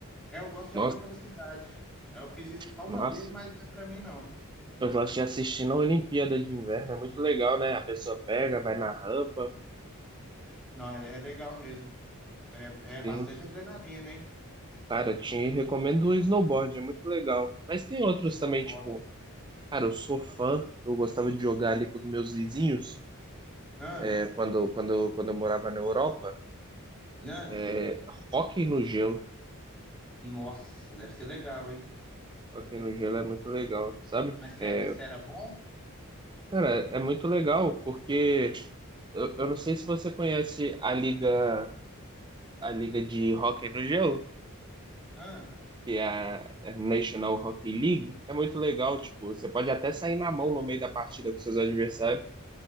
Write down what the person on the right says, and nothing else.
Nossa,
nossa.
Eu gosto de assistir na Olimpíada de Inverno, é muito legal, né? A pessoa pega, vai na rampa.
Sim,
cara, te recomendo o snowboard, é muito legal. Mas tem outros
também, tipo, cara, eu sou fã, eu gostava de jogar ali com os meus vizinhos,
é, quando, quando, quando eu morava na Europa.
É, hóquei no gelo.
Hóquei no gelo é muito legal, sabe?
É,
cara, é muito legal porque eu, eu não sei se você conhece a liga, a liga de hóquei no gelo.
que é a é National Hockey League, é muito legal, tipo, você pode até sair na mão no meio da partida com seus adversários.